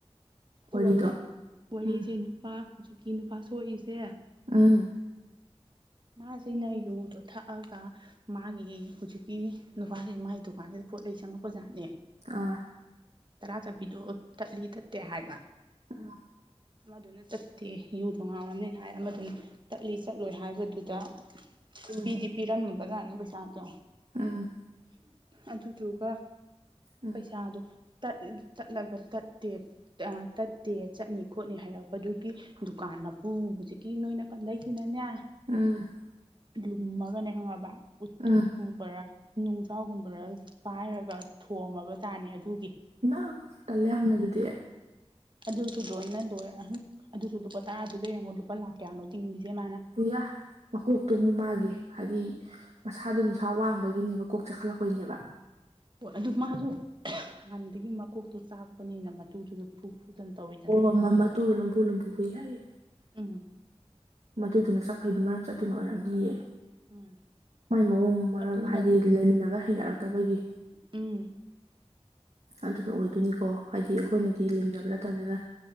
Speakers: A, on the right; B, on the right.
A: ꯋꯥꯔꯤꯗꯣ
B: ꯑꯣꯅꯦ ꯋꯥꯔꯤꯁꯦ
A: ꯎꯝ
B: ꯅꯨꯄꯥ ꯍꯧꯖꯤꯛꯀꯤ ꯅꯨꯄꯥ ꯁꯣꯛꯏꯁꯦ
A: ꯑ <unintelligible> <inaudible>
B: ꯃꯥꯁꯤꯅ ꯌꯨꯗꯣ ꯊꯛꯑꯒ ꯃꯥꯒꯤ ꯍꯧꯖꯤꯛꯀꯤ ꯅꯨꯄꯥꯁꯤ ꯃꯥꯒꯤ ꯗꯨꯀꯥꯟꯁꯤꯗ ꯄꯣꯠꯂꯩ ꯆꯪꯉꯛꯄ ꯖꯥꯠꯅꯦ
A: ꯑꯥ
B: ꯇꯔꯥ ꯆꯠꯄꯤꯗꯣ ꯊꯠꯂꯤ ꯇꯠꯇꯦ ꯍꯥꯏꯕ
A: ꯎꯝ <unintelligible> <inaudible>
B: ꯑꯃꯗꯨꯅ ꯆꯠꯇꯦ ꯌꯨꯗꯣ ꯉꯥꯎꯔꯕꯝꯅꯤꯅ ꯍꯥꯏ ꯑꯃꯗꯨꯅ ꯆꯠꯂꯤ ꯆꯠꯂꯣꯏ ꯍꯥꯏꯕꯗꯨ ꯑꯗ
A: ꯎꯝ
B: ꯄꯤꯗꯤ ꯄꯤꯔꯝꯃꯕꯖꯥꯠꯅꯦ ꯄꯩꯁꯥꯗꯣ
A: ꯎꯝ
B: ꯑꯗꯨꯗꯨꯒ
A: ꯎꯝ
B: ꯄꯩꯁꯥꯗꯣ ꯇꯠꯂꯒ ꯇꯠꯇꯦ ꯇꯠꯇꯦ ꯆꯠꯅꯤ ꯈꯣꯠꯅꯤ ꯍꯥꯏꯔꯛꯄꯗꯨꯒꯤ ꯗꯨꯀꯥꯟ ꯃꯄꯨ ꯍꯧꯖꯤꯛꯀꯤ ꯅꯣꯏꯅ ꯀꯟꯗꯩꯁꯤꯅꯅꯦ
A: ꯎꯝ
B: ꯂꯨꯝꯃꯒꯅꯦ ꯈꯪꯉꯕ ꯎꯠꯇꯨꯞ
A: ꯎꯝ
B: ꯕꯔ ꯅꯨꯡꯖꯥꯎꯒꯨꯝꯕꯔ ꯄꯥꯏꯔꯒ ꯊꯣꯝꯃꯕ ꯖꯥꯠꯅꯦ ꯑꯗꯨꯒꯤ
A: ꯏꯃꯥ ꯇꯜꯂꯦ ꯌꯥꯝꯅ ꯑꯗꯨꯗꯤ
B: ꯑꯗꯨꯁꯨ ꯂꯣꯏꯅ ꯂꯣꯏꯔꯦꯍꯪ ꯑꯗꯨꯁꯨ ꯂꯨꯄꯥ ꯇꯔꯥꯗꯨꯗ ꯌꯦꯡꯉꯣ ꯂꯨꯄꯥ ꯂꯥꯛ ꯀꯌꯥꯅꯣ ꯇꯤꯡꯂꯤꯁꯦ ꯃꯥꯅ
A: ꯄꯨꯌꯥ ꯃꯀꯣꯛꯇꯣ ꯃꯨꯃꯥꯒꯤ ꯍꯥꯏꯗꯤ ꯃꯁꯥꯗꯣ ꯅꯤꯁꯥ ꯋꯥꯡꯕꯒꯤꯅꯦꯕ ꯀꯣꯛ ꯆꯥꯈꯠꯂꯛꯄꯩꯅꯦꯕ
B: ꯍꯣꯏ ꯑꯗꯨ ꯃꯥꯁꯨ ꯍꯥꯟꯅꯗꯒꯤ ꯃꯀꯣꯛꯇꯣ ꯆꯥꯛꯄꯅꯤꯅ ꯃꯇꯨꯗꯨꯁꯨ ꯐꯨ ꯐꯨꯗꯅ ꯇꯧꯏ
A: ꯑꯣ ꯃꯃ ꯇꯨꯗꯣ ꯂꯨꯝꯕꯐꯨ ꯂꯨꯝꯐꯨ ꯐꯨꯏ ꯍꯥꯏꯌꯦ
B: ꯎꯝ
A: ꯃꯗꯨꯅ ꯆꯈꯩꯗꯨ ꯃꯔꯝ ꯆꯠ ꯑꯗꯨꯨꯅ ꯑꯣꯏꯔꯝꯅꯤꯌꯦ
B: ꯎꯝ
A: ꯃꯥꯏ ꯃꯑꯣꯡ ꯃꯔꯝ
B: ꯑꯗꯨꯅꯅꯦ
A: ꯍꯥꯏꯗꯤ ꯂꯩꯃꯤꯟꯅꯕ ꯍꯩꯅꯔꯛꯇꯕꯒꯤ
B: ꯎꯝ
A: ꯑꯗꯨꯅ ꯑꯣꯏꯗꯣꯏꯅꯤꯀꯣ ꯍꯥꯏꯗꯤ ꯑꯩꯈꯣꯏꯅꯗꯤ ꯂꯦꯝꯅꯕ ꯅꯠꯇꯕꯅꯤꯅ